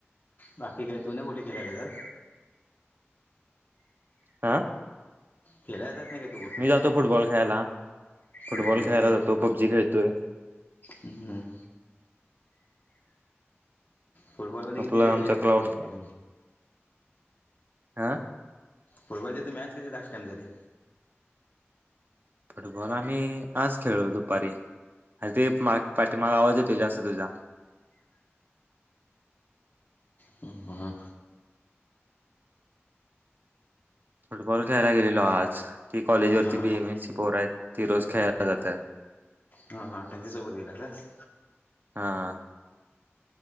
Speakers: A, on the left; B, on the right.
A: बाकी काय तू नाय कुठे खेळायला जात.
B: हा?
A: खेळायला जातं नाही का तू कुठे
B: मी जातो फुटबॉल खेळायला. फुटबॉल
A: हम्म.
B: खेळायला जातो. पपजी खेळतोयं.
A: हम्. फुटबॉल मध्ये
B: आपला
A: किती आहे?
B: आमचा क्लाउड
A: हे हे हे.
B: <inaudible>
A: फुटबॉलची तिथ मॅच कधी लास्ट टाइम झाली?
B: फुटबॉल आम्ही आज खेळलो दुपारी. ते मा पाठीमाग आवाज येतोय जात तुझा.
A: ह हां.
B: फुटबॉल खेळायला गेलेलो आज. ती कॉलेज वरती
A: हा
B: बी एम एसी ची पोर आहेत. ती रोज खेळाला जातात.
A: हा हा. त्यांच्यासोबत गेलातास?
B: हा.